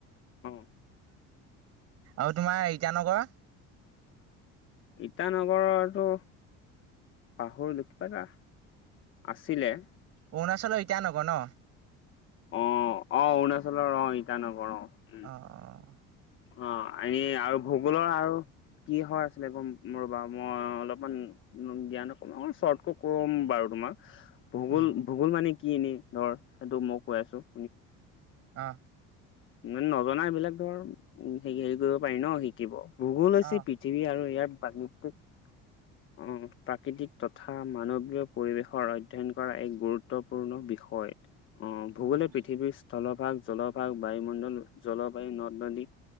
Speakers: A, on the left (about 40°); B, on the right (about 55°).
A: হম।
B: আৰু তোমাৰ ইটানগৰ
A: ইটানগৰ এইটো। পাহুৰ লখিবা আছিলে।
B: অৰুণাচলৰ এতিয়া নগৰ ন।
A: অ', অ' অৰুণাচলৰ অ' ইটানগৰ অ'।
B: অ'
A: উম
B: অ'।
A: অ' এনে আৰু ভূগোলৰ আৰু। কি হয় আছিলে, গম কম ৰ'বা মই অলপমান জ্ঞান নকম অ' শ্বৰ্টকৈ কম বাৰু তোমাক। ভূগোল
B: উম
A: ভূগোল মানে কি এনেই ধৰ সেইটো মই কৈ আছো <unintelligible>
B: অ'।
A: মে নজনা এইবিলাক ধৰ হে হেৰি কৰিব পাৰি ন শিকিব ভূগোল হৈছে
B: অ
A: পৃথিৱী আৰু ইয়াৰ পানী টুপ। আহ প্ৰাকৃতিক তথা মানৱীয় পৰিৱেশৰ অধ্যয়ন কৰা এক গুৰুত্বপূৰ্ণ। বিষয় অ' ভূগোলে
B: উম
A: পৃথিৱীৰ স্থলভাগ জলপায় বায়ুমণ্ডল জলবায়ু নদ নদী